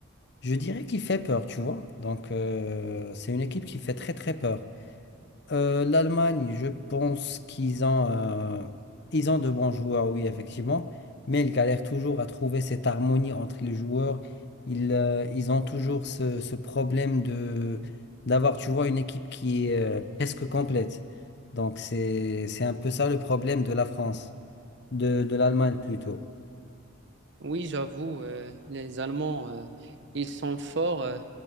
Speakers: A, on the left; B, on the right.
A: je dirais, qui fait peur, tu vois. Donc, euh, c'est une équipe qui fait très, très peur. Euh, l'Allemagne, je pense qu'ils ont, euh, ils ont de bons joueurs, oui, effectivement, mais ils galèrent toujours à trouver cette harmonie entre les joueurs. Ils, euh, ils ont toujours ce, ce problème de d'avoir, tu vois, une équipe qui est euh, presque complète. Donc c'est, c'est un peu ça le problème de la France, de, de l'Allemagne plutôt.
B: Oui, j'avoue, euh, les Allemands, euh, ils sont forts, euh,